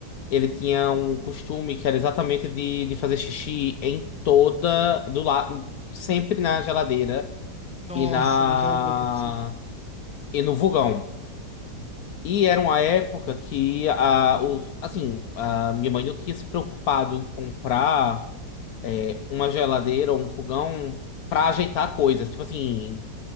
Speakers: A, on the left; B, in the centre.
A: Ele tinha um costume que era exatamente de, de fazer xixi em toda. Do lado, sempre na geladeira
B: Nossa,
A: e na.
B: na geladeira, né, por cima.
A: E no vulgão. E era uma época que a, os, assim, a minha mãe não tinha se preocupado em comprar é, uma geladeira ou um fogão para ajeitar coisas, tipo assim,